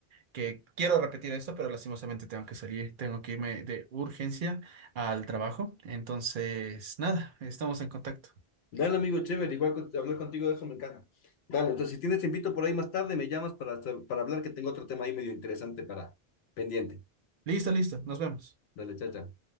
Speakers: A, on the right; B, on the left.
A: que quiero repetir esto, pero lastimosamente tengo que salir, tengo que irme de urgencia al trabajo. Entonces, nada, estamos en contacto.
B: Dale, amigo, chévere, igual con- hablar contigo de eso me encanta. Dale, entonces si tienes te invito por ahí más tarde, me llamas para, para hablar que tengo otro tema ahí medio interesante para pendiente.
A: Listo, listo, nos vemos.
B: Dale, chacha